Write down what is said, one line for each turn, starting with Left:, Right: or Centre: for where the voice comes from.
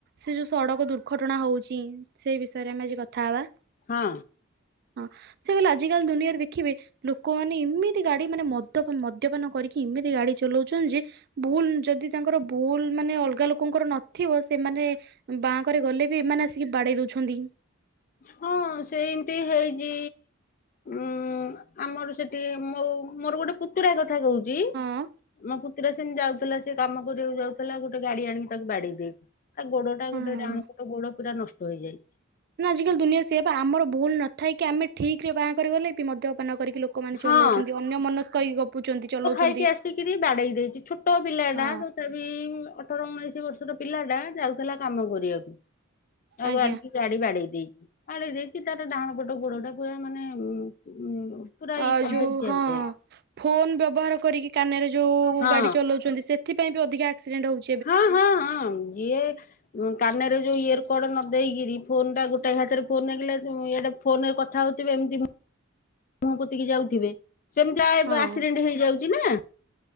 Right: ସେ ଯୋଉ ସଡକ ଦୁର୍ଘଟଣା ହଉଛି ସେଇ ବିଷୟରେ ଆମେ ଆଜି କଥା ହବା।
Left: ହଁ।
Right: ହଁ ସେ କହିଲେ ଆଜିିକାଲି ଦୁନିଆରେ ଦେଖିବେ ଲୋକମାନେ ଏମିତି ଗାଡି ମାନେ ମଦ୍ୟ ମଦ୍ୟପାନ କରିକି ଏମିତି ଗାଡି ଚଲଉଛନ୍ତି ଯେ ଭୁଲ ଯଦି ତାଙ୍କର ଭୁଲ ମାନେ ଅଲଗା ଲୋକଙ୍କର ନଥିବ ସେମାନେ ବାଁଙ୍କରେ ଗଲେ ବି ଏମାନେ ଆସିକି ବାଡେଇ ଦଉଛନ୍ତି।
Left: ହଁ ସେମତି ହେଇଛି। ଉଁ ଆମର ସେଠି ମୋ ମୋର ଗୋଟେ ପୁତୁରା କଥା କହୁଛି?
Right: ହଁ
Left: ମୋ ପୁତୁରା ସେମିତି ଯାଉଥିଲା ସେ କାମ କରିବାକୁ ଯାଉଥିଲା ଗୋଟେ ଗାଡି ଆଣିକି ତାକୁ ବାଡେଇ ଦେଇଛି। ତା ଗୋଡଟା
Right: ହଁ
Left: ଗୋଟେ ଡାହାଣ ପଟ ଗୋଡ ପୁରା ନଷ୍ଟ ହେଇଯାଇଛି।
Right: ନା ଆଜାକାଲି ଦୁନିଆ ସେୟା ପା ଆମର ଭୁଲ ନ ଥାଇ କି ଆମେ ଠିକ ରେ ବାଁ କରି ଗଲେ ମଦ୍ୟପାନ କରିକି ଲୋକମାନେ
Left: ହଁ
Right: ଚଲାଉଛନ୍ତି ଅନ୍ୟ ମନସ୍କ ହେଇକି ଗପୁଛନ୍ତି ଚଲଉଛନ୍ତି।
Left: କି ଆସିକରି ବାଡେଇ ଦେଇଛି ଛୋଟ ପିଲାଟା
Right: ହଁ।
Left: ଅଠର ଉଣେଇଶି ବର୍ଷର ପିଲାଟା ଯାଉଥିଲା କାମ କରିବାକୁ ଆଉ
Right: ଆଜ୍ଞା
Left: ଆଣିକି ଗାଡି ବାଡେଇ ଦେଇଛି ବାଡେଇ ଦେଇକି ତାର ଡାହାଣ ପଟ ଗୋଡ ଟା ପୁରା ମାନେ ଉ ପୁରା
Right: ଆ
Left: ଇ କରିଦେଇଛି
Right: ଯୋଉ ହଁ
Left: ଦିଆଯାଏ
Right: ଫୋନ ବ୍ୟବହାର କରିକି କାନରେ ଯୋଉ
Left: ହଁ।
Right: ଗାଡି ଚଲଉଛନ୍ତି ସେ ସେଥିପାଇ ବି ଅଧିକ ଆକ୍ସିଡେଣ୍ଟ ହେଉଛି।
Left: ହଁ ହଁ ହଁ ଯିଏ ଉଁ କାନରେ ଯୋଉ ଇୟର କଡ ନ ଦେଇକିରି ଫୋନ ଟା ଗୋଟେ ହାତରେ ଫୋନ ନଗେଇଲେ ଇଆଡେ ଫୋନରେ କଥା ହଉଥିବେ ଏମତି ମୁହଁ ପୋତିକି ଯାଉଥିବେ ସେମିତି
Right: ହଁ
Left: ଆକ୍ସିଡେଣ୍ଟ ହେଇଯାଉଛି ନା?